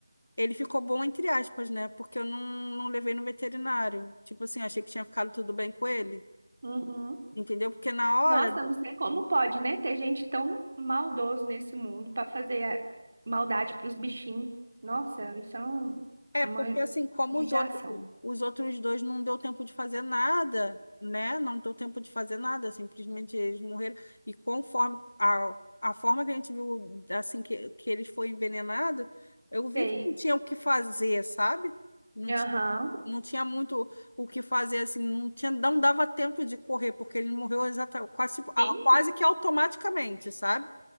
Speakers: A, on the left; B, on the right.
A: ele ficou bom entre aspas, né? Porque eu não, não levei no veterinário. Tipo assim, achei que tinha ficado tudo bem com ele,
B: uhum.
A: entendeu? Porque na hora
B: Nossa, eu não sei como pode, né, ter gente tão maldoso nesse mundo para fazer a- maldade para os bichinhos. Nossa, isso é um-
A: É,
B: uma
A: porque assim, como
B: judiação.
A: os outros, os outros dois não deu tempo de fazer nada, né? Não deu tempo de fazer nada, simplesmente eles morreram. E conforme a, a forma que a gente viu, assim, que, que eles foram envenenados, eu vi
B: Sei.
A: que não tinha o que fazer, sabe? Não
B: Aham.
A: tinha, não tinha muito o que fazer, assim, não tinha, não dava tempo de correr, porque ele morreu exata, quase, a-
B: Sim.
A: quase que automaticamente, sabe?